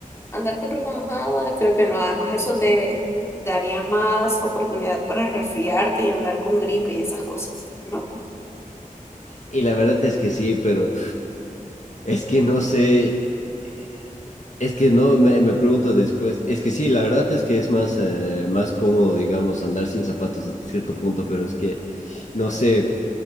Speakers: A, on the left (about 20°); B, on the left (about 55°).
A: Andar con ropa mojada, creo que no. Además, eso te daría más oportunidad para resfriarte y andar con gripe y esas cosas, ¿no?
B: Y la verdad es que sí, pero es que no sé. eh, Es que no, me, me pregunto después. Es que sí, la verdad es que es más, eh, más cómodo, digamos, andar sin zapatos hasta cierto punto, pero es que no sé.